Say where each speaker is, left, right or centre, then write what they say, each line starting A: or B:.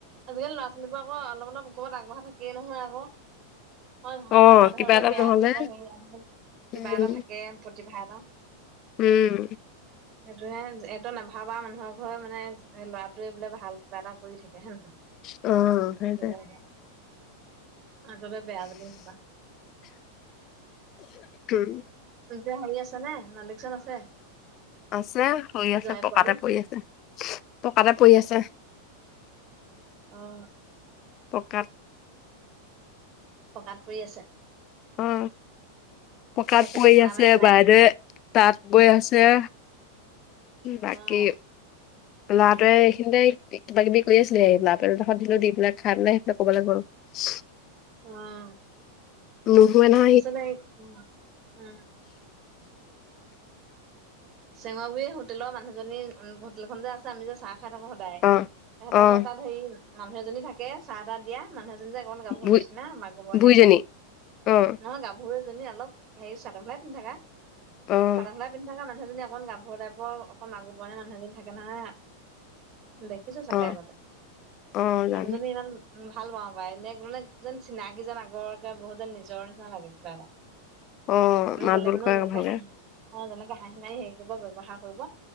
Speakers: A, on the right; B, on the left.
A: আজিকালি লৰা ছোৱালীোৰ আক অপ অলপ কৰব আগবঢ় থাকেই নহয় আৌ হয় নয়
B: অ',
A: আগতেহে
B: কিবা
A: বলে
B: এটা
A: বেয়া
B: নহ'লে
A: হিতে হে কিবা
B: উম,
A: এটা থাকে প্ৰতিভা এটা
B: উম
A: সেইটোহে এইটো নাভাল ভ বাা মানুহৰ ঘৰে মানে লৰাটোৱে বোলে ভাল কিবা এটা কৰি থাকে হয়ে নহয়
B: অ', সেইটোৱে।
A: সেইটো আগলৈ বেয়া বুলি ভাবা
B: উম
A: যেয়া হেৰি আছে নে মালিক চন আছে
B: আছে হৈ আছে
A: জোৱাই
B: পকাতে
A: পোৱালি
B: পৰি আছে পকাতে পৰি আছে
A: অ
B: পকা
A: পকাত পৰি আছে
B: অ পকাত
A: তই চাগে
B: পৰি
A: ঠেলা
B: আছে
A: মাৰি পেলাই
B: বাইদৰে
A: দিলি।
B: তাঁত বৈ আছে বাকী
A: উম, <inaudible>
B: লৰাটোৱে ইখিনতে কিবা কিবি কৰি আছিলে এই লৰা পেল এডোখত দিলো দি পেলাই খাই পেলাই কবালৈ গল হয় <unintelligible>
A: অ
B: নুশুৱে ন
A: আছ নাই উ উম চেমাগুৰি হোটেলৰ মানুহজনী উ হোটেলখন যে আছে আমি যে চাহ খাই থাকো তেহেতৰ
B: অ', অ',
A: ঘৰত তাত হেৰি মানুহ এজনী থাকে চাহ তাহ দিয়া মানুহ এজনী কন গাভৰু
B: বুই
A: নিচিনা মাগুৰবৰনিয়াকে
B: বুইজনী, অ',
A: নহয় গা এজনী অলপ হেৰি চাদৰমেখেলাই পিন্ধি থকা
B: অ',
A: চাদৰমেখেলাই পিন্ধি থকা মানুহএজনী অকণ গাভৰ টাইপৰ অকণ মাগুৰবৰণে মানুহ এজনী থাকে নহয় দেখ দেখিছোঁ চাগে
B: অ',
A: আগতে
B: অ', জানো,
A: মানুহজনী ইমান ভাল পাও পাই এনে মানে যেন চিনাকি যেন আগৰকে বহুত যেন নিজৰ নিচিনা লাগে কিবা এটা
B: অ',
A: আমি
B: মাত
A: গ'লে
B: বোল
A: মানুহ
B: কৰে
A: যেনেকে
B: ভালকে,
A: খাঁহিম অ তেনেকে হাঁহি মাৰি হেৰি কৰিব ব্যৱহাৰ কৰিব